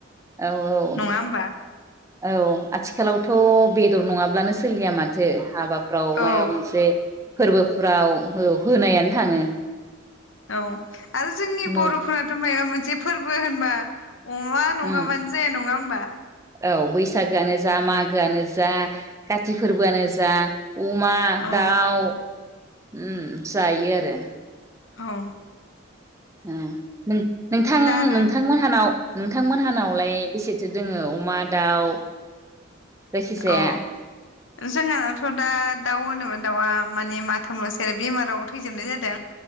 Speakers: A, on the right; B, on the left.
A: औ औ।
B: नङा होमबा
A: औ आथिखालावथ' बेदर नङाब्लानो सोलिया माथो हाबा फ्राव
B: औ
A: माबा मोनसे फोरबो फुराव हो-होनायानो थाङो।
B: औ। आरो जोंनि
A: न
B: बर'फोराथ' मायबा मोन जे फोरबो होनबा अमा नंङाबानो
A: उम
B: जाया नङा होमबा? बा।
A: औ बैसागोआनो जा, मागोआनो जा, काति फोरबोआनो जा उमा,
B: औ
A: दाउ उ जायो आरो
B: औ।
A: उ नोंथां
B: दा आरो
A: नोंथांमोनहानाव नोंथांमोनहानावलाय बेसेथो दोङो अमा दाउ? जायखिजाया
B: औ जोंहानाथ' दा दाउ होनोउ होनोबा दाउआ माने माथामल'सै आरो बेमाराव थैजोबनाय जादों